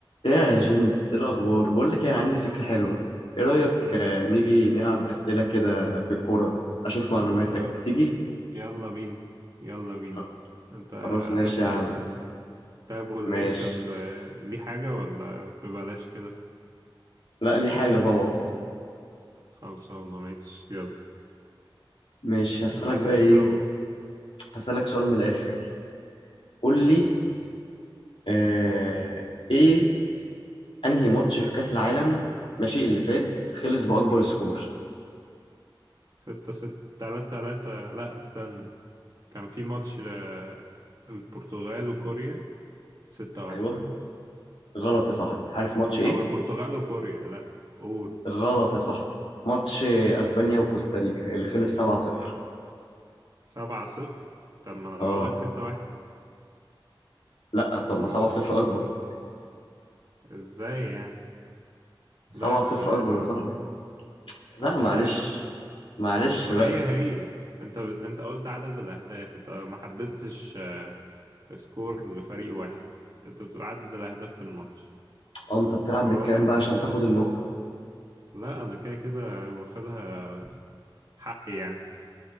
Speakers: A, on the left (about 80°); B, on the right (about 45°).
A: يا جيمس ايه الاخبار بقول لك يعني عندي فكره حلوه ايه رايك
B: امم
A: آه، نيجي نلعب اسئله كده في الكوره اشوف معلوماتك
B: ي-
A: تيجي
B: يلا بينا يلا بينا
A: خ-
B: انت
A: خلاص ماشي
B: ابدأ
A: يا عم
B: اسأل طيب واللي
A: ماشي
B: يكسب آه، ليه حاجة ولا ببلاش كده
A: لا ليه حاجه طبعا
B: خلصانة ماشي يلا
A: ماشي هسالك
B: اسألني
A: بقى ايه
B: انت و...
A: هسالك سؤال من الاخر قول
B: امم
A: لي آه ايه انهي ماتش في كاس العالم ماشي اللي فات خلص باكبر سكور
B: ستة ستة تلاتة تلاتة لا استنى كان في ماتش ل... البرتغال وكوريا ستة واحد
A: ايوه غلط يا صاحبي عارف ماتش ايه
B: او البرتغال وكوريا لا قول
A: غلط يا صاحبي ماتش اسبانيا وكوستاريكا اللي خلص 7-0
B: سبعة صفر طب ما انا
A: اه
B: بقولك ستة واحد
A: لا طب ما
B: هو
A: 7
B: هو
A: 0 اكبر
B: ازاي يعني
A: 7
B: لا احسبها
A: 0 اكبر
B: لي بعد
A: يا صاحبي
B: اذنك
A: لا
B: احسبها
A: معلش
B: لي
A: معلش
B: ما
A: بقى
B: هي هي انت انت قلت عدد الاهداف انت ما حددتش آه، سكور لفريق واحد انت بتقول عدد الاهداف في الماتش
A: اه انت بتلعب
B: بقول
A: بالكلام
B: لك
A: بقى
B: سب
A: عشان تاخد النقطة
B: لا انا كده كده واخدها حقي يعني